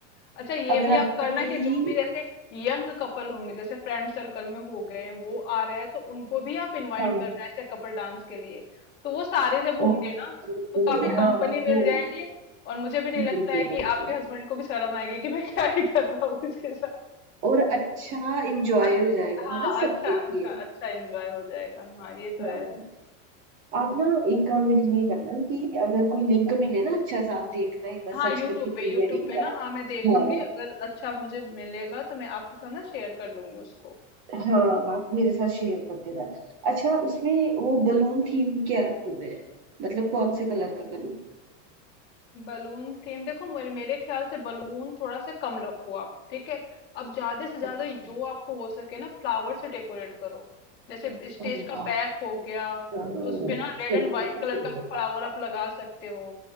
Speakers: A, on the left; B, on the right.
A: अच्छा ये
B: अगर
A: भी आप
B: आपको
A: करना
B: कोई
A: कि जो भी जैसे यंग कपल होंगे जैसे फ्रेंड सर्कल में हो गए हैं, वो आ रहे हैं तो उनको भी आप इनवाइट
B: हाँ
A: करना ऐसे कपल डांस के लिए तो वो सारे जब होंगे
B: ओके
A: ना तो काफी
B: हाँ
A: कंपनी
B: वो
A: मिल जाएगी और मुझे भी नहीं लगता
B: बिल्कुल
A: है कि
B: बिल्कुल
A: आपके हस्बैंड को भी शर्म आएगी कि मैं क्या ही कर रहा हूँ इसके साथ
B: और अच्छा इंजॉय
A: अच
B: हो जाएगा
A: हाँ,
B: है ना सबके
A: अच्छा अच्छा
B: लिए
A: अच्छा एन्जॉय हो जाएगा। हाँ, ये तो
B: हाँ
A: है।
B: आप ना एक काम मेरे लिए करना कि अगर कोई लिंक मिले ना अच्छा सा आप देखना एक बार
A: हाँ,
B: सर्च
A: यूट्यूब
B: करके प्री
A: पे यूट्यूब
B: वेडिंग
A: पे ना
B: का
A: हाँ, मैं देखूँगी
B: हाँ
A: अगर अच्छा मुझे मिलेगा तो मैं आपके साथ ना शेयर कर लूँगी उसको।
B: हाँ आप मेरे साथ शेयर कर देना अच्छा
A: हुँ।
B: उसमें वो बलून थीम क्या रखूं मैं मतलब कौन से कलर का करूँ
A: बलून थीम देखो मेरे मेरे ख्याल से बलून थोड़ा-सा कम रखो आप, ठीक है? अब ज़्यादा से ज़्यादा
B: अच्छा
A: जो आपको हो सके ना फ्लावर से डेकोरेट करो। जैसे ब स्टेज
B: अरे
A: का
B: वाह
A: बैक हो गया,
B: हाँ,
A: तो उसपे ना रेड
B: सही
A: एंड व्हाइट
B: बोला
A: कलर
B: सही
A: का
B: बोला
A: फ्लावर आप लगा सकते हो।